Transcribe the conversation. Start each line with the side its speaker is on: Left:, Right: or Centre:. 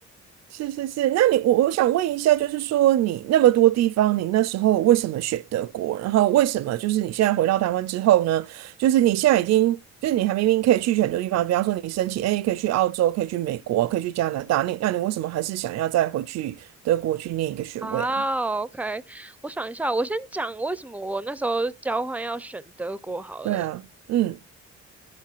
Right: 是是是。那你我我想问一下，就是说你那么多地方，你那时候为什么选德国？然后为什么就是你现在回到台湾之后呢？就是你现在已经，就是你还明明可以去很多地方，比方说你申请，哎，可以去澳洲，可以去美国，可以去加拿大，你那你为什么还是想要再回去德国去念一个学位啊？
Centre: 啊，OK，我想一下，我先讲为什么我那时候交换要选德国好了。
Right: 对啊，嗯